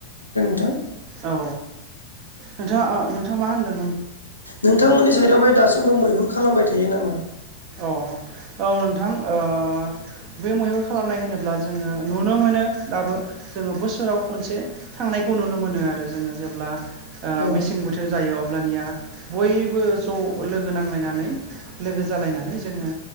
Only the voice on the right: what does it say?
औ नोंथाङा आ नोंङा मा होनदों
अ औ नोंथां ओ बे मैहुर खालामनाय होनोब्ला जोङो नुनो मोनो दाबो जोङो बोसोराव खनसे थांनाय खौ नुनो मोनो आरो जोङो जेब्ला ओ
मेसें बोथोर जायो अब्लानिया बयबो ज' लोगो नांलायनानै लोगोसे जालायनानै जोङो